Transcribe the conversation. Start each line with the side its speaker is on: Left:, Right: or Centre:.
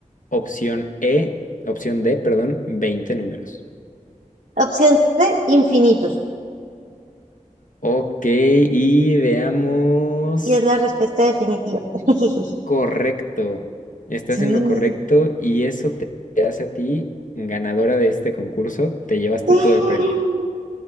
Left: opción E, opción D, perdón, veinte números.
Right: Opción C, infinitos.
Left: Ok, y veamos
Right: Y es la respuesta definitiva. <laughs>
Left: Correcto, estás
Right: Sí.
Left: en
Right: <gasps>
Left: lo correcto y eso te hace a ti ganadora de este concurso, te llevas tú
Right: ¡Eh!
Left: todo el premio.